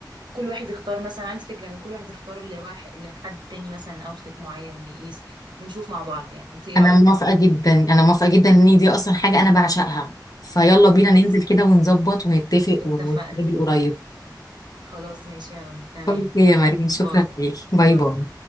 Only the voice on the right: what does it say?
كل واحد يختار مثلا عندي فكرة ان كل واحد يختار لواحد لحد تاني مثلا اوتفيت معين ويقيس ونشوف مع بعض يعني
انت ايه
رأيك
خلاص
اتفقنا
خلاص ماشي يا رب تمام
يلا
باي
باي